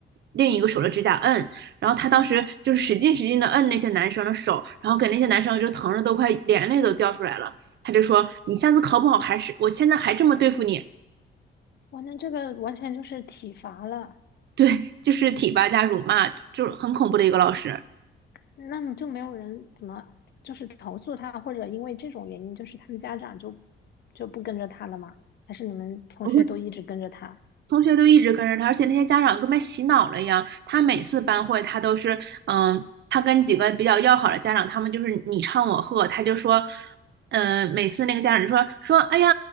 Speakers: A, on the right; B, on the left.
A: 另一个手的指甲摁，然后他当时就是使劲使劲的摁那些男生的手，然后给那些男生就疼的都快眼泪都掉出来了。他就说：“你下次考不好还是我现在还这么对付你。”
B: 哇，那这个完全就是体罚了，
A: 对，就是体罚加辱骂，就是很恐怖的一个老师。
B: 那么就没有人怎么就是投诉他，或者因为这种原因，就是他们家长就就不跟着他了吗？还是你们同学都一直跟着他？
A: 我就同学都一直跟着他，而且那些家长跟被洗脑了一样。他每次班会，他都是，嗯，他跟几个比较要好的家长，他们就是你唱我和，他就说，嗯、每次那个家长就说说，哎呀，